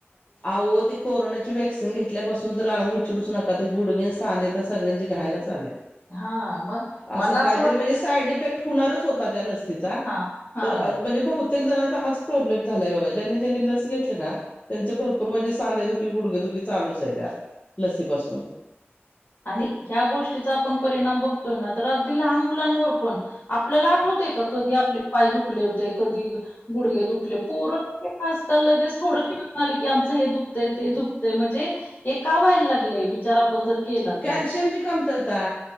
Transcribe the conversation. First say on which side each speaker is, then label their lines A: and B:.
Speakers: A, on the left (about 25°); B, on the left (about 50°).
A: आवो ते, कोरोनाची वॅक्सिन घेतल्यापासून तर आवो विचारूच नका ते गुडगे आणि सांधे तर सगळ्यांचे घायलाच आलेत.
B: आहे. हां, मग
A: असं
B: मला
A: काहीतरी
B: वाटतं
A: म्हणजे साईड इफेक्ट! होणारच होता त्या लसीचा
B: हां, हां.
A: तर म्हणजे ब, प्रत्येक जणांचा हाच प्रॉब्लेम झालाय बघा ज्यांनी ज्यांनी लस घेतलं ना. त्यांचे भरपूर म्हणजे सांधेदुखी गुडघेदुखी चालूच आहे त्या लसीपासून.
B: आणि ह्या गोष्टीचा आपण परिणाम बघतोय ना तर अगदी लहान मुलांवर पण? आपल्याला आठवते का कधी आपले पाय दुखले होते कधी. गुडगे दुखले, पोरांच आजकाल लगेच थोडं खेळून आले की, आमचं हे दुखतय ते दुखतय म्हणजे! हे का व्हायला लागलय, विचार आपण जर, केला तर
A: कॅल्शियमची कमतरता.